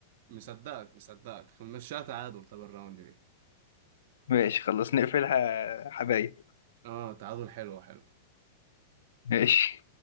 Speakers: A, on the right; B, on the left.
A: مصدقك مصدقك مشيها تعادل طب الراوند دي
B: ماشي خلاص نقفلها حبايب
A: اه تعادل حلو حلو
B: ماشي